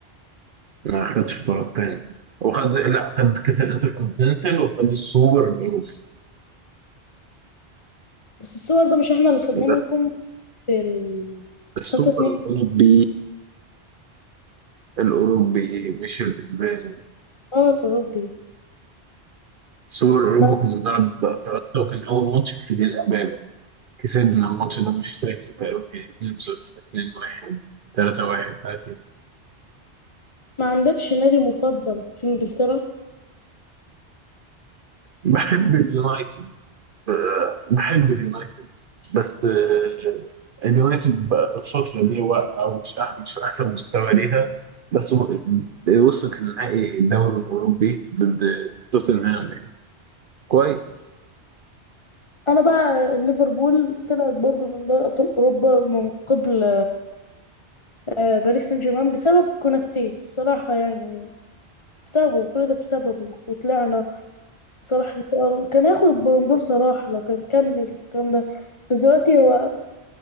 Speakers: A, on the right (about 55°); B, on the left (about 30°).
A: ما خدش بطولات تاني وخد لا خد كأس الانتركونتيننتال وخد السوبر الأوروبي
B: بس الصور ده مش احنا اللي خدناه
A: ده
B: منكم في ال
A: السوبر
B: 5 2
A: الأوروبي الأوروبي مش الأسباني
B: الاوروبي
A: السوبر الأوروبي
B: ما...
A: كنا بنلعب ضد أفريقيا وكان أول ماتش في كيليان إمبابي كسبنا الماتش ده مش فاكر تقريبا كان 2-0 2-1 3-1 حاجة
B: ما عندكش نادي مفضل في انجلترا
A: بحب اليونايتد آه، بحب اليونايتد بس آه، اليونايتد بقى الفترة دي واقعة ومش أح- مش أحسن مستوى ليها بس و- وصلت لنهائي الدوري الأوروبي ضد توتنهام يعني كويس
B: انا بقى ليفربول طلعت برضو من دوري ابطال اوروبا من قبل آه، باريس سان جيرمان بسبب كوناتي الصراحه يعني بسببه كل ده بسببه وطلعنا صلاح ان شاء الله كان هياخد البالون دور صلاح لو كان كمل الكلام ده بس دلوقتي هو